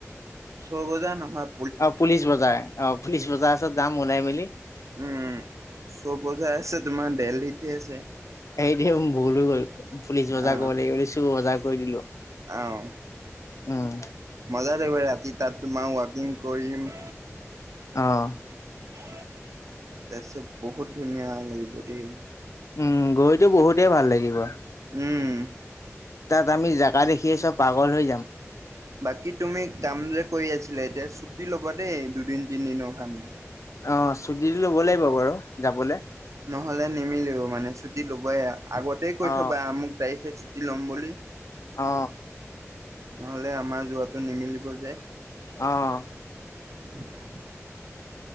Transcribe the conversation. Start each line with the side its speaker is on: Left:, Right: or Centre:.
Right: ছ বজা নহয়।
Left: অ পুলিচ বজাৰ অ পুলিচ বজাৰ ওছৰত যাম ওলাই মেলি।
Right: উম চব বজাত আছে তোমাৰ দেলহিতে আছে।
Left: এইটো ভুল হৈ গল পুলিচ বজাৰ
Right: আহ
Left: কৰিব লাগিব চুৰ বজাৰ কৰি দিলো।
Right: আহ।
Left: উম।
Right: মজা থাগিব ৰাতি তাত তোমাক ৱাকিং কৰিম।
Left: আহ।
Right: তাৰপিছত বহুত ধুনীয়া লাগিব দেই
Left: উম গৈতো বহুতেই ভাল লাগিব
Right: উম
Left: তাত আমি জোগা দেখিয়ে চব পাগল হৈ যাম
Right: বাকী তুমি কাম যে কৰি আছিলা এতিয়া ছুটি ল'বা দেই দুদিন তিনদিনৰ কাৰণে
Left: অ চুটি লব লাগিব বাৰু যাবলৈ
Right: নহ'লে নিমিলেও মানে ছুটি ল'বই আগতে কৈ
Left: অ
Right: থবা মোক তাৰিখে ছুটি ল'ম বুলি
Left: অ
Right: নহলে আমাৰ যোৱাতটো নিমিলিব যে
Left: অঁ
Right: <unintelligible> <inaudible>